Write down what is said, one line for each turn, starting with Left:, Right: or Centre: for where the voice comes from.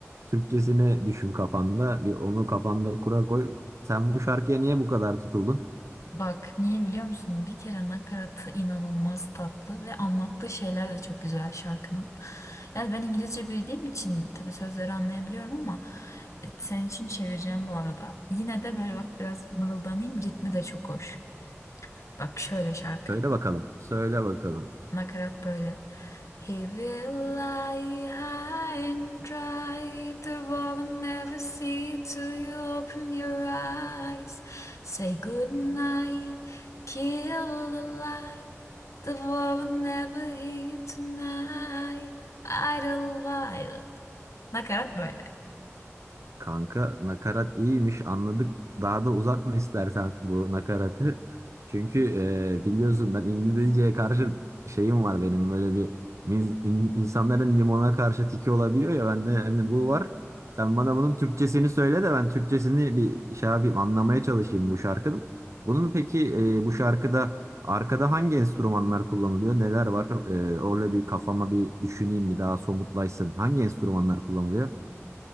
Right: Türkçesini düşün kafanda. Bir onu kafanda kura koy. Sen bu şarkıya niye bu kadar tutuldun?
Left: Bak niye biliyor musun? Bir kere nakaratı inanılmaz tatlı ve anlattığı şeyler de çok güzel şarkının. Yani ben İngilizce bildiğim için tabii sözleri anlayabiliyorum ama e, senin için çevireceğim bu arada. Yine de böyle bak biraz mırıldanayım ritmi de çok hoş. Bak şöyle şarkı.
Right: Söyle bakalım. Söyle bakalım.
Left: Nakarat böyle. He will lie high and dry. The world will never see till you open your eyes. Say good night, kill the light. The world will never hear tonight. Idlewild. Nakarat böyle.
Right: Kanka nakarat iyiymiş anladık. Daha da uzatma istersen bu nakaratı. Çünkü e, biliyorsun ben İngilizceye karşı şeyim var benim böyle bir min- in- insanların limona karşı tiki olabiliyor ya bende hani bu var. Sen bana bunun Türkçesini söyle de ben Türkçesini bir şey yapayım anlamaya çalışayım bu şarkının. Bunun peki e, bu şarkıda arkada hangi enstrümanlar kullanılıyor? Neler var? E, orada bir kafama bir düşüneyim bir daha somutlaşsın. Hangi enstrümanlar kullanılıyor?